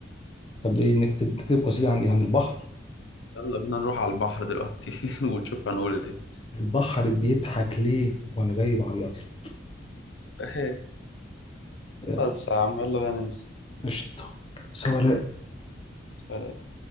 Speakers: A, on the left; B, on the left.
A: طب ايه نكتب نكتب قصيدة عن عن البحر
B: يلا بينا نروح على البحر دلوقتي <laughs> ونشوف هنقول
A: البحر بيضحك ليه وانا جاي بعيط له
B: إيه <laughs>
A: <laughs> يلا
B: بس يا عم يلا بينا ننزل
A: قشطة سؤال
B: سلام.